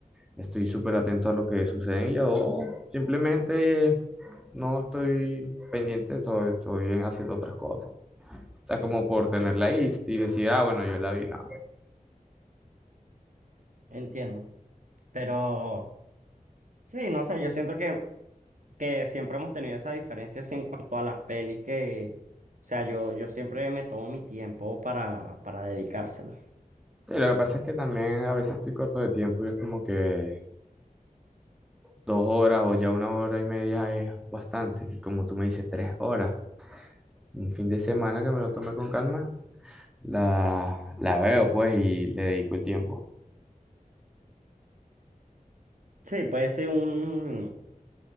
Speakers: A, in the centre; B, on the right (about 60°).
A: estoy súper atento a lo que sucede en ella o simplemente no estoy pendiente, estoy, estoy haciendo otras cosas. O sea, como por tenerla ahí y, decir, ah, bueno, yo la vi, no.
B: Entiendo. Pero sí, no sé, yo siento que, que siempre hemos tenido esa diferencia así en cuanto a las pelis que, o sea, yo, yo siempre me tomo mi tiempo para, para dedicárselo.
A: Sí, lo que pasa es que también a veces estoy corto de tiempo y es como que dos horas o ya una hora y media es bastante. Y como tú me dices, tres horas. Un fin de semana que me lo tome con calma, la, la veo pues y le dedico el tiempo.
B: Sí, puede ser un,